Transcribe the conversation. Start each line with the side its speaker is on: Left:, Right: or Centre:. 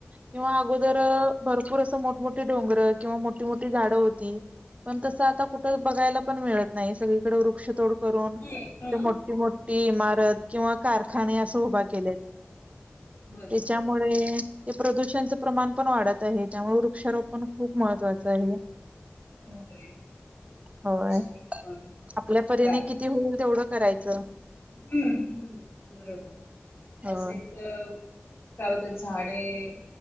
Right: किंवा अगोदर भरपूर असं मोठमोठीे डोंगरं किंवा मोठीमोठी झाडं होती. पण तसं आता कुठं बघायला पण मिळत नाही सगळीकड वृ क्षतोड करून तिथं
Left: हम्म हम्म
Right: मोठी मोठी इमारत किंवा कारखाने असं उभा केलेत.
Left: बरोबर.
Right: त्याच्यामुळे ते प्रदूषणचं प्रमाण पण वाढत आहे. त्यामुळे वृक्षारोपण खूप महत्त्वाचं आहे.
Left: होय मिक्सरने
Right: होय.
Left: पण
Right: आपल्या परीने
Left: काय
Right: किती होईल तेवढं करायचं.
Left: हम्म हं बरोबर
Right: होय.
Left: असंही त काय होत झाडे